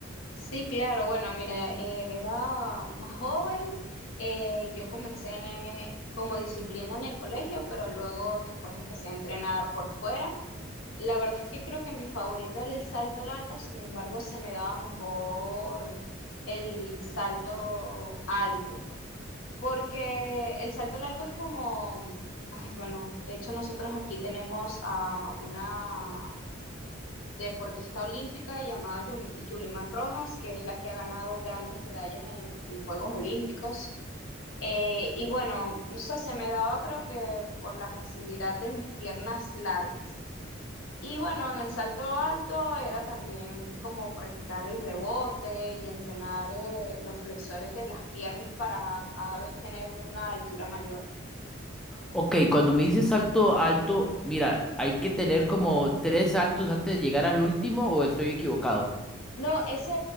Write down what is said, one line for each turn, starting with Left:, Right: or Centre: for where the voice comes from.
Left: Sí, claro, bueno, mira, eh, era más joven, eh, yo comencé como disciplina en el colegio, pero luego después empecé a entrenar por fuera. La verdad es que creo que mi favorito era el salto largo, sin embargo, se me daba mejor el salto alto. Porque el salto largo es como, ay, bueno, de hecho nosotros aquí tenemos a una deportista olímpica llamada Yumi- Yulimar Rojas, que es la que ha ganado grandes medallas en, en los Juegos Olímpicos. Eh, y bueno, no sé, se me daba creo que por la facilidad de mis piernas largas. Y bueno, en el salto alto era también como practicar el rebote y entrenar eh, los flexores de las piernas para cada vez tener una altura mayor.
Centre: Ok, cuando me dices salto alto, mira, ¿hay que tener como tres saltos antes de llegar al último o estoy equivocado?
Left: No, ese